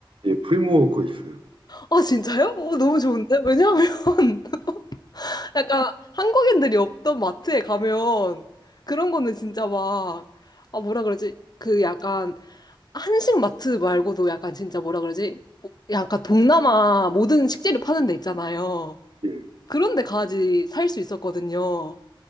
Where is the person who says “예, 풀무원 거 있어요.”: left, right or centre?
Right